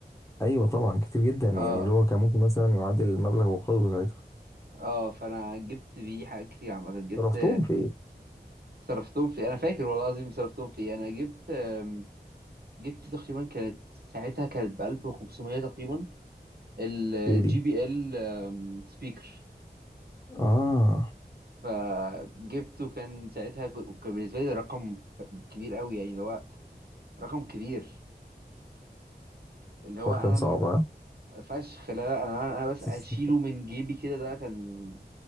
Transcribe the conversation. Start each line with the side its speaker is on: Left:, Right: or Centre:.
Left: ايوه طبعا كتير جدا يعني
Right: اه
Left: اللي هو كان ممكن مثلا يعادل المبلغ وقدره ساعتها
Right: اه فانا جبت بيه حاجات كتير عامة جبت
Left: صرفتهم في ايه
Right: صرفتهم في انا فاكر والله العظيم صرفتهم في إيه. انا جبت آم، جبت تقريبا كانت ساعتها كانت ب 1500 تقريبا الجي
Left: في ايه دي
Right: بي ال سبيكر
Left: اه
Right: فجبته كان ساعتها ك- كان بالنسبة لي ده رقم كبير قوي يعني اللي هو رقم كبير اللي
Left: الحوار
Right: هو انا
Left: كان صعب
Right: م-
Left: ها
Right: فشخ لا لا انا انا بس
Left: <laughs>
Right: اشيله من جيبي كده ده كان